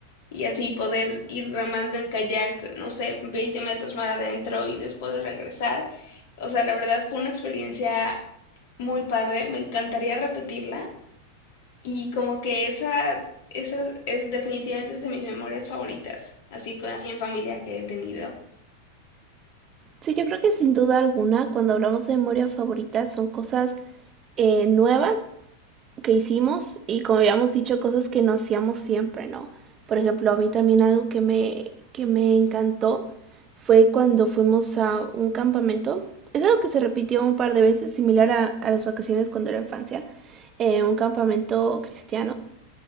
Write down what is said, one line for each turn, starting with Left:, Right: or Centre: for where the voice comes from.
Left: y así poder ir remando en kayak, no sé, 20 metros más adentro y después regresar. O sea, la verdad fue una experiencia muy padre, me encantaría repetirla. Y como que esa, esa es definitivamente es de mis memorias favoritas, así con así en familia que he tenido.
Right: sí, yo creo que sin duda alguna, cuando hablamos de memoria favorita, son cosas eh, nuevas que hicimos y como habíamos dicho, cosas que no hacíamos siempre, ¿no? Por ejemplo, a mí también algo que me, que me encantó fue cuando fuimos a un campamento. Es algo que se repitió un par de veces, similar a, a las vacaciones cuando era infancia, eh, un campamento cristiano